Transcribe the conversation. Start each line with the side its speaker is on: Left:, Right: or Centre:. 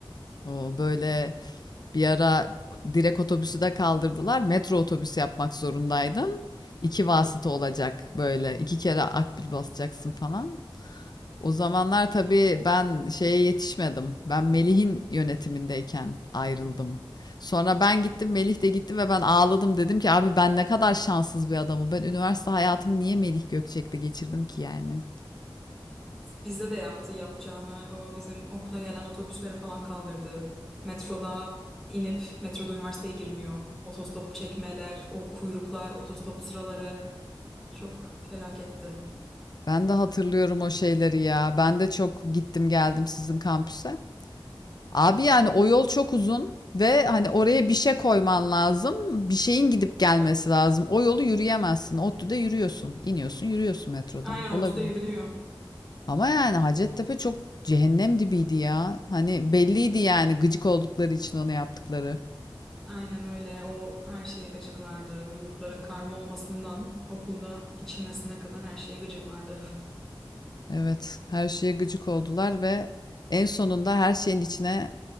Left: o böyle bir ara direkt otobüsü de kaldırdılar. Metro otobüsü yapmak zorundaydın. İki vasıta olacak böyle. iki kere akbil basacaksın falan. O zamanlar tabii ben şeye yetişmedim. Ben Melih'in yönetimindeyken ayrıldım. Sonra ben gittim, Melih de gitti ve ben ağladım. Dedim ki abi ben ne kadar şanssız bir adamım. Ben üniversite hayatımı niye Melih Gökçek'te geçirdim ki yani?
Centre: Bizde de yaptı yapacağını. O bizim okula gelen otobüsleri falan kaldırdı. Metroda inip metroda üniversiteye girmiyor. Otostop çekmeler, o kuyruklar, otostop sıraları çok felaketti.
Left: Ben de hatırlıyorum o şeyleri ya. Ben de çok gittim geldim sizin kampüse. Abi yani o yol çok uzun ve hani oraya bir şey koyman lazım. Bir şeyin gidip gelmesi lazım. O yolu yürüyemezsin. ODTÜ'de yürüyorsun. İniyorsun, yürüyorsun metrodan.
Centre: Aynen ODTÜ'de
Left: Olabilir.
Centre: yürünüyor.
Left: Ama yani Hacettepe çok cehennem dibiydi ya. Hani belliydi yani gıcık oldukları için onu yaptıkları.
Centre: Aynen öyle. O her şeye gıcıklardı. Yurtların karma olmasından okulda içilmesine kadar her şeye gıcıklardı.
Left: Evet, her şeye gıcık oldular ve en sonunda her şeyin içine